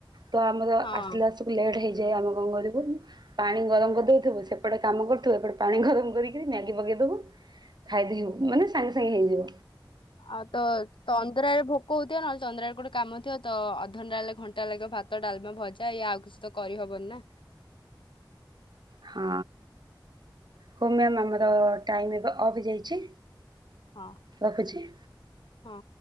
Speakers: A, on the right; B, on the left.
A: ତ ଆମର
B: ହଁ
A: ଆସିଲା ଆସିକୁ ଲେଟ୍ ହେଇ ଯାଏ ଆମ କଣ କରିବୁ ପାଣି ଗରମ କରିଦେଇଥିବୁ ସେପଟେ କାମ କରୁଥିବୁ ଏପଟେ ପାଣି ଗରମ କରିକି ମ୍ୟାଗି ପକେଇଦବୁ ଖାଇଦବୁ ମାନେ ସାଙ୍ଗେ ସାଙ୍ଗେ ହେଇଯିବ
B: ଆଉ ତ ତ ତଦରାଏରେ ଭୋ କହୁଥିବ ନହେଲେ ତନ୍ଦ୍ର ଆଡ଼େ କୋଉଠି କାମ ଥିବ ତ ଅଧଘଣ୍ଟା ହେଲେ ଘଣ୍ଟାଏ ଲାଗିବ ଭାତ ଡାଲମା ଭଜା ଇଏ ଆଉ କିଛି ତ କରିହବନି ନା।
A: ହଁ ହଉ ମ୍ୟାମ୍ ଆମର ଟାଇମ୍ ଏବେ ଅଫ୍ ଯାଇଛି
B: ହଁ
A: ରଖୁଛି।
B: ହଁ।